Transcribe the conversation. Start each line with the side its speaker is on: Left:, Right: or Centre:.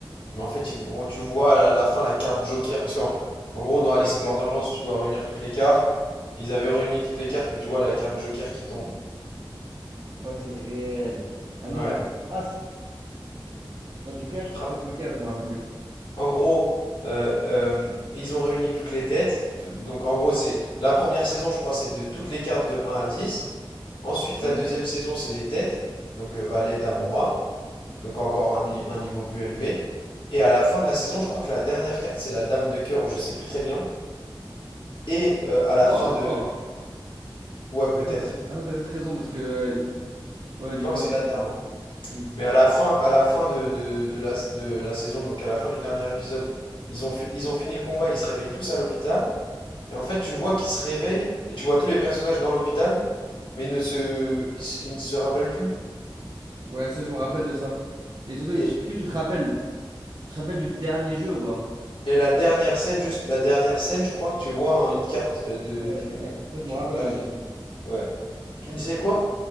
Left: Mais en fait, tu vo- tu vois à la fin la carte Joker. Parce qu'en en gros, dans Alice
Right: Ouais.
Left: in
Right: ouais.
Left: Borderlands, tu dois réunir toutes les cartes. Ils avaient réuni toutes les cartes, mais tu vois la carte Joker qui tombe.
Right: Oh, c'est réel. Ah non,
Left: Ouais.
Right: là. As. Non, Joker?
Left: Tu te rappelles-
Right: Peut-être Joker, je me rappelle plus.
Left: En gros, euh, euh, ils ont réuni toutes les têtes. Tout- Donc en gros, c'est la première saison, je crois, c'est de toutes les cartes de 1 à 10. Ensuite,
Right: Ouais.
Left: la deuxième saison, c'est les têtes. Donc euh, valet, dame, roi. Donc encore un, ni- un niveau plus élevé. Et à la fin de la saison, je crois que la dernière carte, c'est la dame de cœur, ou je sais plus très bien. Et euh, à la
Right: Roi,
Left: fin de...
Right: roi.
Left: Ouais, peut-être.
Right: Ah t'as ah non, t'as peut-être raison parce que. euh, il- Ouais,
Left: Je
Right: dis-moi,
Left: crois que c'est
Right: dis-moi.
Left: la dame.
Right: Fini.
Left: Mais à la fin, à la fin de, de- de la, de la saison, donc à la fin du dernier épisode, ils ont, fi- ils ont fini le combat, ils se réveillent tous à l'hôpital. Et en fait, tu vois qu'ils se réveillent et tu vois tous les personnages dans l'hôpital, mais ils ne se, ils, se- ils ne se rappellent plus.
Right: Ouais, ça, je me rappelle de ça. Mais surtout,
Left: Et,
Right: tu, que tu te rappelles? Tu te rappelles du dernier jeu ou pas?
Left: et la dernière scène, juste la dernière scène, je crois que tu vois hein, une carte euh, de.
Right: Ouais, la carte. Ça, je me
Left: une-
Right: rappelle
Left: la-
Right: de la carte. ouais.
Left: Ouais. Tu me
Right: Ok.
Left: disais quoi?